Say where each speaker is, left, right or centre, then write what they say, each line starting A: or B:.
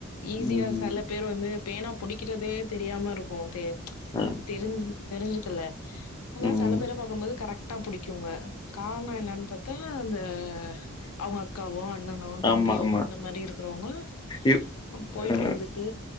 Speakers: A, on the left; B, on the left.
A: ஈஸியா
B: ம்.
A: சேல பேர் வந்து பேணா புடிக்கிறதே தெரியாம இருக்கு தெ
B: ஆ.
A: தெரிஞ் தெரிஞ்சுக்கல ஆனா
B: ம்.
A: சில பேர பாக்கும்போது கரெக்ட்டா புடிக்குங்க காரணோ என்னன்னு பாத்தா அந்த அவுங்க அக்காவோ அண்ணனோ தம்பியோ
B: ஆமா, ஆமா.
A: அந்த மாறி இருக்கறவங்க
B: இ
A: நம் போயிட்டு
B: அ
A: வந்து ட்டு